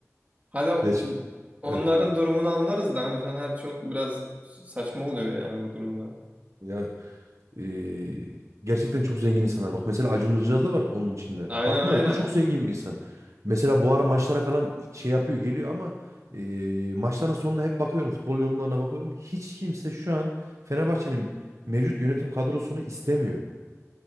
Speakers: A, on the right; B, on the right.
A: Hadi o-
B: Ya şimdi
A: onların
B: evet.
A: durumunu anlarız da hani Fener çok biraz saçma oluyor yani bu durumda.
B: Ya Ee, gerçekten çok zengin insanlar. Bak mesela Acun Ilıcalı da var onun içinde.
A: Aynen
B: Bakma
A: aynen.
B: o da çok zengin bir insan. Mesela bu ara maçlara falan şey yapıyor geliyor ama e, maçların sonunda hep bakıyorum futbol yorumlarına bakıyorum. Hiç kimse şu an Fenerbahçe'nin mevcut yönetim kadrosunu istemiyor.